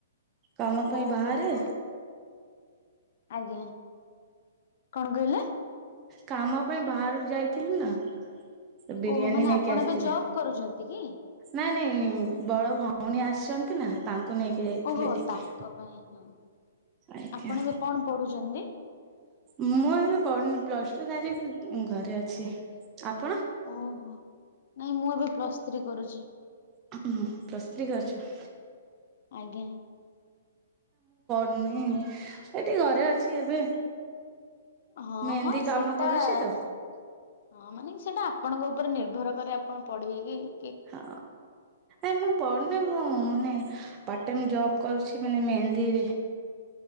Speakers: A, on the right (about 20°); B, on the left (about 50°).
A: କାମ ପାଇଁ
B: ଓହୋ
A: ବାହାରେ।
B: ହୋ ଆଜ୍ଞା। କଣ କହିଲେ?
A: କାମ ପାଇଁ ବାହାରୁ ଯାଇଥିଲି ନା। ସେ ବିରିୟାନୀ
B: ଓହୋ ମାନେ
A: ନେଇକି
B: ଆପଣ
A: ଆସିଥିଲେ।
B: ଏବେ ଜବ୍ କରୁଛନ୍ତି କି?
A: ନାଇଁ ନାଇଁ। ବଡ ଭଉଣୀ ଆସିଛନ୍ତି ନା। ତାଙ୍କ କ ନେଇକି ଯାଇଥିଲି
B: ଓହୋ
A: ଟିକେ
B: ତାଙ୍କ ପାଇଁ ହଁ
A: ଆଜ୍ଞା।
B: ଆପଣ ଏବେ କଣ ପଢୁଛନ୍ତି?
A: ମୁଁ ଏବେ ପଢନି ପ୍ଲସ ଟୁ ତାରିଖ ଘରେ ଅଛି। ଆପଣ
B: ଓହୋ ନାଇଁ ମୁଁ ଏବେ ପ୍ଲସ୍ ଥ୍ରୀ କରୁଛି।
A: ହଁ ପ୍ରସ୍ତ୍ରୀ କରିଛ।
B: ଆଜ୍ଞା।
A: ନଁ ଏ ଟିକି ଘରେ ଅଛି ଏବେ।
B: ହଁ
A: ମେହେନ୍ଦୀ
B: ହଁ ସେଟା
A: କାମ କରୁଛି
B: ହଁ
A: ତ
B: ମାନେ ସେଇଟା ଆପଣଙ୍କ ଉପରେ ନିର୍ଭର କରେ ଆପଣ ପଢିବେ କିି?
A: ହଁ ଆ ମୁଁ ପଢୁନେଇ। ହଁ ମାନେ ପାର୍ଟ ଟାଇମ୍ ଜବ୍ କରୁଛି। ମାନେ ମେହେନ୍ଦି